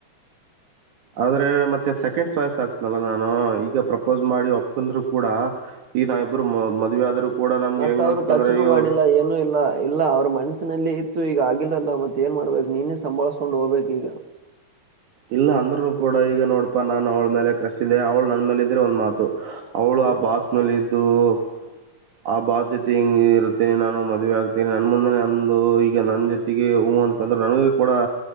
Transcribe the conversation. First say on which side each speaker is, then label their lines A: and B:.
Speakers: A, on the right; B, on the right.
A: ಆದ್ರೆ ಮತ್ತೆ ಸೆಕೆಂಡ್ ಚಾಯ್ಸ್ ಆಕ್ತನಲ್ಲ ನಾನು ಈಗ ಪ್ರಪೋಸ್ ಮಾಡಿ ಒಪ್ಕಂದ್ರು ಕೂಡ ಈಗ ನಾವ ಇಬ್ಬರು ಮದುವೆ ಆದ್ರೂ. ಕೂಡ ನಮ್ಗೆ
B: ಮತ್ತ
A: ಹೆಂಗ
B: ಅವ್ರು
A: ಅನ್ಸ್ತಂದ್ರೆ
B: ಟಚ್ನುೂ
A: ಇವ್ರು
B: ಮಾಡಿಲ್ಲ ಏನುೂ ಇಲ್ಲ ಇಲ್ಲ ಅವ್ರ ಮನ್ಸ ಿನಲ್ಲಿ ಇತ್ತು ಈಗ ಆಗಿಲ್ಲಲ್ಲ ಮತ್ತೆ ಏನ್ ಮಾಡ್ಬೇಕು ನೀನೇ ಸಂಭಾಳ್ಸಕೊಂಡ್ ಹೋಗ್ಬೇಕು ಈಗ.
A: ಇಲ್ಲ ಅಂದ್ರರು ಕೂಡ ಈಗ ನೋಡ್ಪಾ ನಾನ್ ಅವ್ಳ ಮೇಲೆ ಕ್ರಷ್ಟಿದೆೆ ಅವಳ ನನ್ ಮೇಲೆ ಇದ್ರೆ ಒಂದ್ ಮಾತು. ಅವಳು
B: ಹ್ಮ್
A: ಆ ಬಾಸ್ ಮೇಲೆ ಇದ್ದು. ಹಾ ಆ ಬಾ ಜೊತೆ ಹಿಂಗ ಇರುತ್ತೇನೆ ನಾನು ಮದ್ವೆ ಆಗ್ತೇನೆ ನನ್ ಮುಂದನೆ ಒಂದು ಈಗ ನನ್ ಜೊತೆಗೆ ಹೂ ಅಂತಂದ್ರರು ನನಗ ಕೂಡ